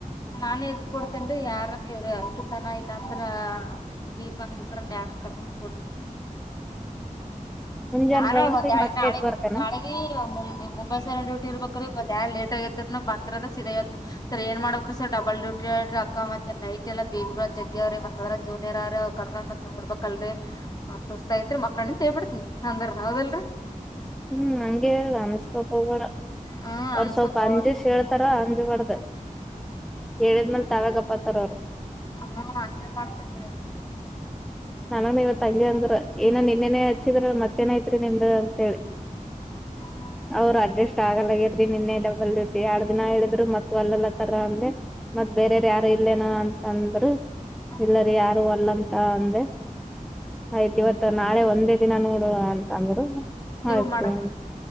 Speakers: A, on the left; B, in the centre.
A: ನಾನೇ ಎದ್ದು ಕೊಡ್ತನ್ರೀ ಯಾರನ್ ಇರ ಅಂಕಿತನ ಇಲ್ಲಾಂದ್ರ. ದೀಪಾನ ಇಬ್ಬರನ್ನ ಕರ್ಕೊಂಡ್ ಕೊಡ್ತ.
B: ಮುಂಜಾನ್
A: ನಾನು
B: ರೌಂಡ್ಸಿಗ್
A: ಒಂದೆ <unintelligible>
B: ಮತ್ತೆ
A: ನಾಳಿಗಿ
B: ಎದ್ ಬರ್ತೇನ
A: ನಾಳಿಗಿ ಈ ಮು ಮುಂಬೈಸನ ಡ್ಯೂಟಿ ಇರ್ಬೇಕ್ರೀ ಒಂದು ಯು ಲೇಟ್ ಆಗೈತರಿ ಬಂದ್ರಂದ ಸೀಯದ. ಸರ್ ಏನ್ ಮಾಡ್ಬೇಕ್ರಿ ಸರ್ ಡಬಲ್ ಡೂಟಿ ಹೇಳ್ಯರಿ ಅಕ್ಕ ಮತ್ತೆ ನೈಟ್ ಎಲ್ಲ ಬೇಬಿಗಳು ಜಗೆಆರಿ ಮತ್ತ ಅದರಾಗ ಜೂನಿಯರ್. ಕರ್ಕೊಂಡ್ ಮತ್ ನೋಡ್ಬೇಕಲ್ರಿ ಸುಸ್ತ ಐತ್ರಿ ಮಕ್ಕಂತ ಹೇಳ್ ಬಿಡ್ತನಿ ಅಂದ್ರ ಹೌದ್ರಲ್ರಿ.
B: ಹ್ಮ್ ನಂಗೆ ಅನ್ನಿಸ್ಕೊಳೋಕ್ಕೆ ಹೋಗಬೇಡ
A: ಹ್ಮ್
B: ಅವರ
A: ಅನ್ಸಕ್
B: ಸ್ವಲ್ಪ ಅಂಜಿಸಿ ಹೇಳ್ತಾರೆ. ಅಂಜಬಾರ್ದು ಹೇಳಿದ್ಮೇಲೆ ತಾವಗಪ್ಪಾತ್ತಾರ ಅವ್ರು.
A: ಹಾ ಹಂಗೆ ಮಾಡ್ತೇನ್ರೀ.
B: ನನ್ನನು ಇವತ್ತು ಅಂಗೆ ಅಂದ್ರರು ಏನ ನಿನ್ನೆನೆ ಹಚ್ಚಿದ್ರ ಮತ್ತೇನ ಐತ್ರಿ ನಿಮ್ದು ಅಂತೇಳಿ.
A: ಹ್ಮ್
B: ಅವರು ಅಡ್ಜಸ್ಟ್. ಆಗಲಗ ಇರ್ರಿ ನಿನ್ನೆ ಡಬಲ್ ಡ್ಯೂಟಿ ಎರಡ್ ದಿನ ಹೇಳಿದ್ರು ಮತ್ತ ಅವಲ್ಲಲ್ಲ ಅಂತಾರೆ ಅಂದೇ. ಮತ್ ಬೇರಾರ ಯಾರು ಇಲ್ಲೇನ ಅಂತ ಅಂದ್ರ
A: ಹ್ಮ
B: ಇಲ್ಲರಿ ಯಾರು ವಲ್ ಅಂತ ಅಂದೆ. ಆಯ್ತು ಇವತ್ತು ನಾಳೆ ಒಂದೇ ದಿನ ನೋಡು ಅಂತ ಅಂದರು
A: ಲೀವ್
B: ಆಯ್ತು.
A: ಮಾಡದ್ರಿ